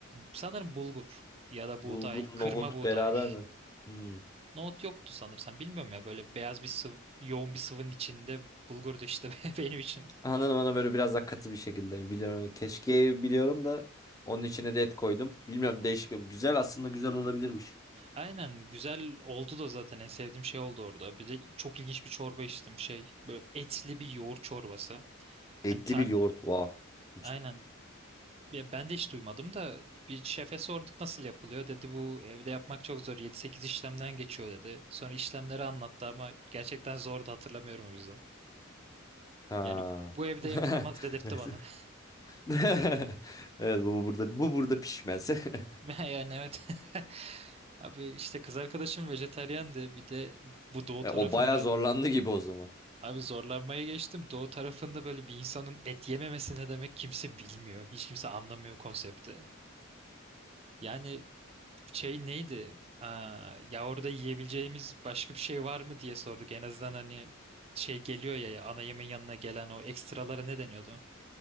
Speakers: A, on the right; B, on the left.
A: Sanırım bulgur ya da
B: Bulgur,
A: buğday, kırma
B: nohut
A: buğday.
B: beraber mi? Hmm.
A: Nohut yoktu sanırsam. Bilmiyorum ya böyle beyaz bir sıvı, yoğun bir sıvının içinde bulgur da işte <laughs> benim için.
B: Anladım anladım böyle biraz daha katı bir şekilde biliyorum. Keşkeği biliyorum da onun
A: Hmm.
B: içine de et koydum. Bilmiyorum değişik. Güzel aslında güzel olabilirmiş.
A: Aynen güzel oldu da zaten en sevdiğim şey oldu orada. Bir de çok ilginç bir çorba içtim şey. Böyle etli bir yoğurt çorbası.
B: Etli
A: Hani ta-
B: bir yoğurt. Wow. Hiç...
A: aynen Ya ben de hiç duymadım da bir şefe sorduk nasıl yapılıyor dedi bu evde yapmak çok zor yedi sekiz işlemden geçiyor dedi. Sonra işlemleri anlattı ama gerçekten zordu hatırlamıyorum o yüzden.
B: Ha.
A: Yani bu evde
B: <laughs>
A: yapılmaz dedirtti
B: Evet.
A: bana. <laughs>
B: <laughs> Evet bu burada bu burada pişmez. <laughs>
A: Yani evet. <laughs> Abi işte kız arkadaşım vejetaryendi bir de bu doğu
B: E,
A: tarafında
B: O bayağı zorlandı gibi o zaman.
A: abi zorlanmaya geçtim. Doğu tarafında böyle bir insanın et yememesi ne demek kimse bilmiyor. Hiç kimse anlamıyor konsepti. Yani şey neydi? Aa, ya orada yiyebileceğimiz başka bir şey var mı diye sorduk. En azından hani şey geliyor ya ana yemeğin yanına gelen o ekstralara ne deniyordu?